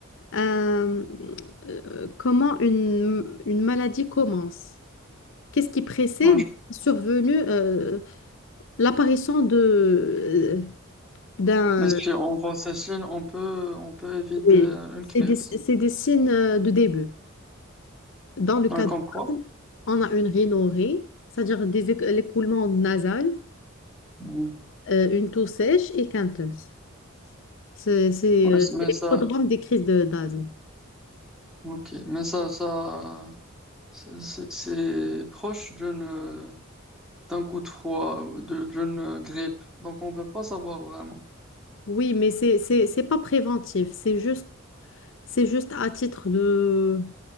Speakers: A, on the left (about 65°); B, in the centre.
A: un- euh, comment une, une maladie commence? Qu'est-ce qui précède
B: Non, je-
A: la survenue, euh, l'apparition de, euh, d'un...
B: Mais si on voit ces signes, on peut, on peut éviter
A: Oui,
B: une
A: c'est
B: crise.
A: des, c'est des signes euh, de début. Dans le cas
B: Ouais, comme
A: de...
B: quoi?
A: On a une rhinorrhée, c'est-à-dire des éc- l'écoulement nasal,
B: Hmm.
A: euh, une toux sèche et quinteuse. C'est c'est,
B: Ouais,
A: euh,
B: c'est- mais
A: c'est
B: ça,
A: les prodromes des crises de- d'asthme.
B: ok. Mais ça, ça, c'est c'est- c'est proche d'une, d'un coup de froid, ou de- d'une grippe. Donc, on ne peut pas savoir vraiment
A: Oui, mais c'est c'est c'est pas préventif, c'est juste C'est juste à titre de...